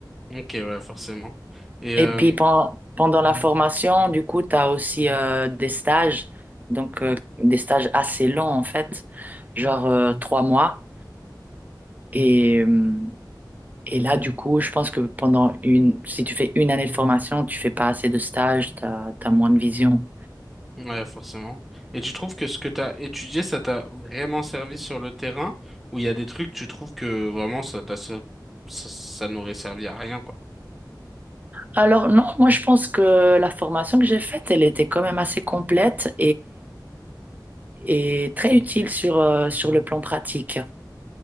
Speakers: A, in the centre; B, on the right.
A: Ok, ouais, forcément. Et
B: Et
A: euh,
B: puis, pen- pendant la formation, du coup, tu as aussi euh, des stages, donc euh, des stages assez longs, en fait, genre euh, trois mois. Et, euh, et là, du coup, je pense que pendant une, si tu fais une année de formation, tu fais pas assez de stages, tu as, moins de vision.
A: ouais, forcément. Et tu trouves que ce que t'as étudié, ça t'a vraiment servi sur le terrain, ou il y a des trucs tu trouves que vraiment ça t'a ça, ça n'aurait servi à rien, quoi.
B: Alors non, moi je pense que la formation que j'ai faite, elle était quand même assez complète et très utile sur, euh, sur le plan pratique.